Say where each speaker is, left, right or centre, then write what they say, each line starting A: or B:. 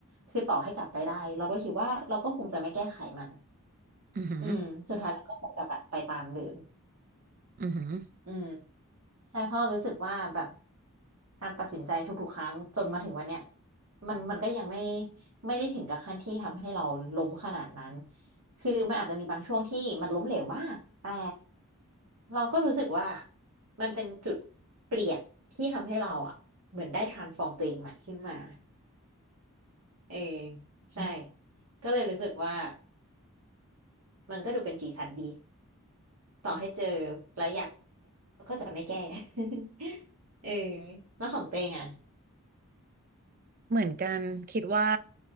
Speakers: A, on the right; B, on the right.
A: คือต่อให้กลับไปได้เราก็คิดว่าเราก็คงจะไม่แก้ไขมัน
B: อือหือ
A: อืมสุดท้ายเราก็คงจะแบบไปตามเดิม
B: อือหือ
A: อืมใช่เพราะรู้สึกว่าแบบการตัดสินใจทุกๆครั้งจนมาถึงวันเนี้ยมันมันก็ยังไม่ไม่ได้ถึงกับขั้นที่ทำให้เราล้มขนาดนั้นคือมันอาจจะมีบางช่วงที่มันล้มเหลวบ้างแต่เราก็รู้สึกว่ามันเป็นจุดเปลี่ยนที่ทำให้เราอ่ะเหมือนได้ transform ตัวเองใหม่ขึ้นมาเออใช่ก็เลยรู้สึกว่ามันก็ดูเป็นสีสันดีต่อให้เจอแล้วจะไม่แก้ <laughs> เออแล้วของเตงอ่ะ
B: เหมือนกันคิดว่า